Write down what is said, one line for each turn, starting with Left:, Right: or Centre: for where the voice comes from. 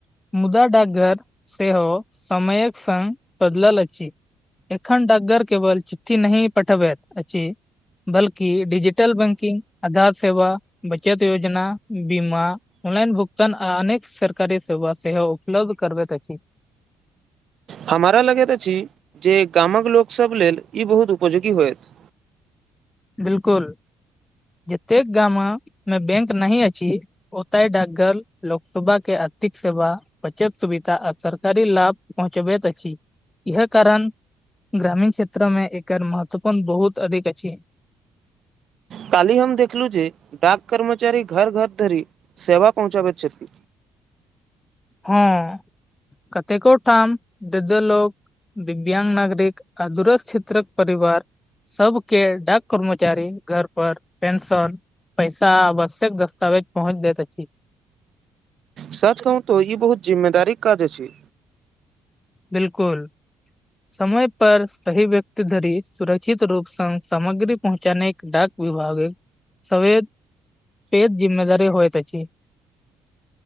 Left: मुदा डाकघर सेहो समयक संग बदलल अछि एखन डाकगर केवल चिठ्ठी नहि पठबति अछि बल्कि डिजिटल बैंकिंग आधार सेवा बचत योजना बीमा ऑनलाइन भुगतान आ अनेक सरकारी सेवा सेहो उपलब्ध करबति अछि
Right: हमरा लगति अछि जे गामक लोक सभ लेल ई बहुत उपयोगी होयत
Left: बिलकुल जतेक गामा मे बैंक नहि अछि ओतय डाकघर लोकसोबा के आर्थिक सेवा बचत सुविधा आ सरकारी लाभ पहुँचबति अछि इह कारण ग्रामीण क्षेत्र मे एकर महत्वपूर्ण बहुत अधिक अछि
Right: काल्हि हम देखलु जे डाक कर्मचारी घर घर धरि सेवा पहुँचाबति छथि
Left: हँ कतेकोटाम दद लोक दिव्यांग नागरिक आ दुरस क्षेत्रक परिवार सबके डाक कर्मचारी घर पर पेंशन पैसा आवश्यक दस्तावेज पहुँच देत अछि
Right: सच कहूं तो ई बहुत जिम्मेदारीक काज अछि
Left: बिल्कुल समय पर सही व्यक्ति धरि सुरक्षित रूप संग सामग्री पहुँचानेक डाक विभागे सवेद पेद जिम्मेदारी होयत अछि